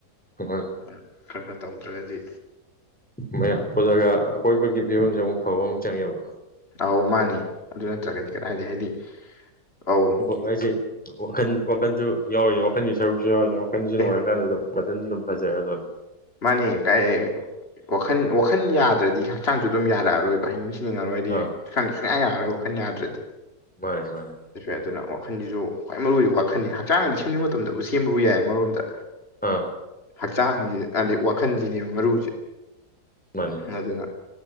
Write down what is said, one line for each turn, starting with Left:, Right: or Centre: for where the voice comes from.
Centre: ꯃꯥꯅꯦ
Left: ꯈꯔ ꯈꯔ ꯇꯧꯗ꯭ꯔꯒꯗꯤ
Centre: ꯃꯌꯥꯝ ꯄꯨꯜꯂꯒ ꯑꯀꯣꯏꯕꯒꯤ ꯐꯤꯕꯝꯁꯦ ꯑꯃꯨꯛ ꯐꯕꯃꯨꯛ ꯆꯪꯉꯦꯕ
Left: ꯑꯧ ꯃꯥꯅꯦ ꯑꯗꯨ ꯅꯠꯇ꯭ꯔꯒꯗꯤ ꯀꯗꯥꯏꯗꯒꯤ ꯍꯥꯏꯗꯤ ꯑꯧ
Centre: ꯇꯧꯕ ꯍꯥꯏꯁꯦ ꯋꯥꯈꯜ ꯋꯥꯈꯟꯁꯨ ꯌꯥꯎꯔꯤꯅꯤ ꯋꯥꯈꯜꯒꯤ ꯁꯔꯨꯛꯁꯨ ꯌꯥꯎꯔꯤꯅꯤ ꯋꯥꯈꯜꯁꯤ ꯅꯨꯡꯉꯥꯏꯔꯀꯥꯟꯗ
Left: ꯑꯦ
Centre: ꯑꯗꯨꯝ ꯃꯊꯟꯗ ꯑꯗꯨꯝ ꯐꯖꯔꯛꯑꯗꯧꯅꯦ
Left: ꯃꯥꯅꯦ ꯀꯥꯏꯗꯩ ꯋꯥꯈꯜ ꯋꯥꯈꯜ ꯌꯥꯗ꯭ꯔꯗꯤ ꯍꯛꯆꯥꯡꯁꯨ ꯑꯗꯨꯝ ꯌꯥꯔꯛꯑꯔꯣꯏꯕ ꯍꯩꯅꯤꯡ ꯍꯩꯅꯤꯡꯉꯔꯣꯏ ꯍꯥꯏꯗꯤ
Centre: ꯑꯥ
Left: ꯍꯛꯆꯥꯡꯗꯤ ꯁꯨꯡꯌꯥ ꯌꯥꯔꯔꯣꯏ ꯋꯥꯈꯟ ꯌꯥꯗ꯭ꯔꯗꯤ
Centre: ꯃꯥꯅꯦ ꯃꯥꯅꯦ
Left: ꯑꯗꯨꯅ ꯋꯥꯈꯟꯁꯤꯁꯨ ꯈ꯭ꯋꯥꯏ ꯃꯔꯨ ꯑꯣꯏꯕ ꯋꯥꯈꯜꯅꯤ ꯍꯛꯆꯥꯡꯗꯤ ꯁꯦꯝꯅꯤꯡꯕ ꯃꯇꯝꯗꯕꯨ ꯁꯦꯝꯕꯕꯨ ꯌꯥꯏ ꯑꯃꯔꯣꯝꯗ
Centre: ꯑꯥ
Left: ꯍꯛꯆꯥꯡꯁꯦ ꯍꯥꯏꯗꯤ ꯋꯥꯈꯜꯁꯤꯅꯦꯕ ꯃꯔꯨꯁꯤ
Centre: ꯃꯥꯅꯦ
Left: ꯑꯗꯨꯅ